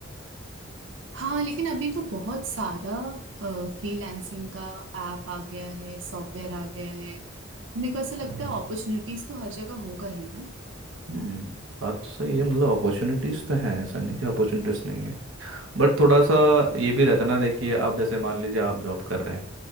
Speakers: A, on the right; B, on the right.
A: हाँ लेकिन अभी तो बहुत सारा फ्रीलांसिंग का ऐप आ गया है सॉफ्टवेयर आ गया है तो मेरे को ऐसा लगता है अपॉर्चुनिटीज तो हर जगह होगा ही ना
B: हम्म बात तो सही है मतलब अपॉर्चुनिटीज़ तो हैं ऐसा नहीं कि अपॉर्चुनिटीज़ नहीं है बट थोड़ा सा ये भी रहता है ना देखिए आप जैसे मान लीजिए आप जॉब कर रहे हैं